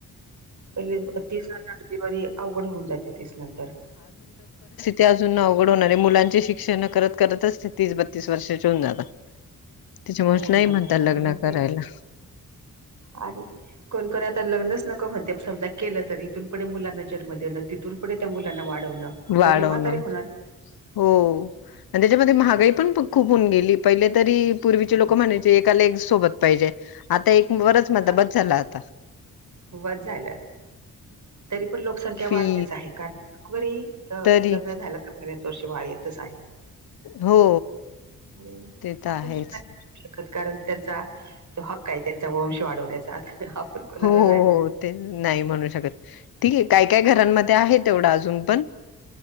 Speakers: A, on the right; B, on the left.
A: पहिले तीस नंतर डिलिवरी अवघड होऊन जाते. तीस नंतर
B: ते अजून अवघड होणार आहे. मुलांचे शिक्षण करत करतच ते तीस बत्तीस वर्षाचे होणार आहे. त्याच्यामुळे
A: होऊन
B: नाही
A: जातात
B: म्हणतात लग्न
A: आधी मग
B: करायला.
A: ते आणि कोणकोण आता लग्नच नको म्हणत्यात. समजा केलं तरी इथून पुढे मुलांना जन्म देणं तिथून पुढे त्या मुलांना वाढवणं.
B: वाढवण.
A: तर हे म्हातारे होणार
B: हो. म्हणजे त्याच्यामध्ये महागाई पण खूप होऊन गेली. पहिले तरी, पूर्वीचे
A: खूप
B: लोक म्हणायचे,
A: खूप
B: एकाला एक सोबत पाहिजे. आता एक वरच म्हणता
A: हा
B: बस झाला आता.
A: बस झालं. तरी पण लोकसंख्या वाढतेच
B: फी
A: आहे. कारण वरी त
B: तरी
A: लग्न झालं का, बऱ्याच वर्ष बाळ येतच आहे.
B: हो.
A: त्यामुळे
B: ते तर
A: आपण
B: आहेच.
A: नाही शकत. कारण त्यांचा तो हक्क आहे. त्यांचा वंश वाढवण्याचा. आपण कोणाला
B: हो हो.
A: नाही म्हणत
B: ते नाही म्हणू शकत. ठीक आहे काय काय घरांमध्ये आहे तेवढं अजून पण,